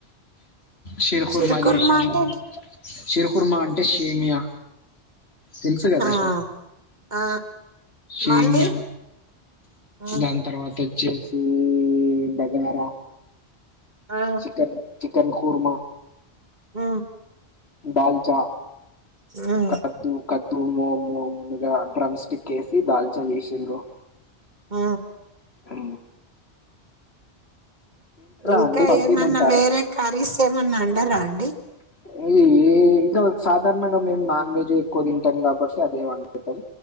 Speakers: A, on the left (about 65°); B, on the right (about 40°).
A: షిరుకుర్మా
B: సిరుకుర్మా
A: జేశాము
B: అంటే ఏంటి
A: షిరుకుర్మ అంటే షేమియా తెలుసు కదా
B: ఆ ఆ
A: షేమ్యా
B: మళ్ళీ హ్మ్
A: దాని తర్వాత చేసీ ఈ బగారా
B: ఆ
A: చికన్ చి కన్ కుర్మా
B: మ్
A: దాల్చా
B: హ్మ్
A: కద్దు కద్దు మో మో మునగ డ్రమ్ స్టిక్ వేసి దాల్చాన్ చేసిండ్రు
B: ఆ
A: ఆ
B: ఇంకా
A: అండి పంపిమంటారా
B: ఏమన్నా వేరే కర్రీస్ ఏమన్నా అండరా అండి
A: <unintelligible> సాధారణంగా మేము నాన్ వెజ్ ఎక్కువ తింటాం కాబట్టి అదే వండుతాం